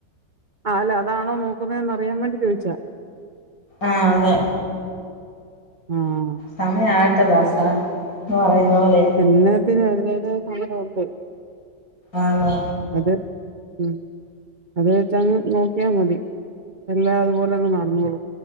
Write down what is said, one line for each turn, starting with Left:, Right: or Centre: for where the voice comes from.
Right: ആഹ അല്ല അതാണോ നോക്കുന്നതന്ന്റിയാൻ വേണ്ടി ചോയിച്ച
Left: ആഹ അതെ
Right: ആഹ
Left: സമയ ആയിട്ടല്ല ദാസ ന്ന് പറയുന്നെലെ
Right: എല്ലാത്തിനും അതിൻ്റെതായ സമയം ഉണ്ട്
Left: ആതെ
Right: അത് ഉം അത് വെച്ച ങ്ങ് നോക്കിയാ മതി എല്ലാം അതുപോലെ ങ്ങ് നടന്നോളും